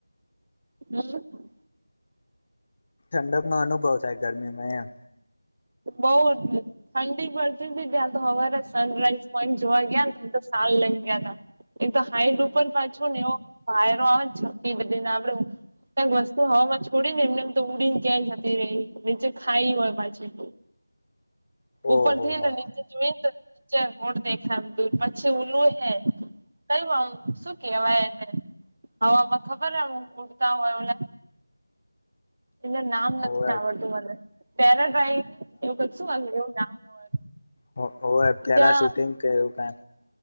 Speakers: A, on the right; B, on the left.
A: હમ્મ.
B: ઠંડક નો અનુભવ થાય, ગરમીમાં એમ.
A: બઉ ઠંડી પડતી, ત્યાં તો હવારે સનરાઈઝ પોઈન્ટ જોવા ગયા સાલ લઈને ગયા, તા એક તો હાઈટ ઉપર પાછોને એવો વાયરો, આવેને છકી ને આપડે ક્યાંક વસ્તુ હવામાં, છોડી ને એમને એમ તો ઉડી ક્યાંય જતી રહી, નીચે ખાઈ હોય પાછી ઉપરથી
B: ઓહો
A: હેને
B: હો
A: નીચે જોઈ, તો ચ મોડ દેખાય દર પછી, ઉલું હૈ કયું આમ શું કેવાય, એને હવામાં ખબર એમ ઉડતા, હોય એ નામ
B: હોવે
A: નથી, આવડતું મને પેરાડ્રાઈવ એવું ક શું એવું નામ હોય
B: હ હોવે, પેરાશૂટિંગ
A: ત્યાં
B: કે એવું કાક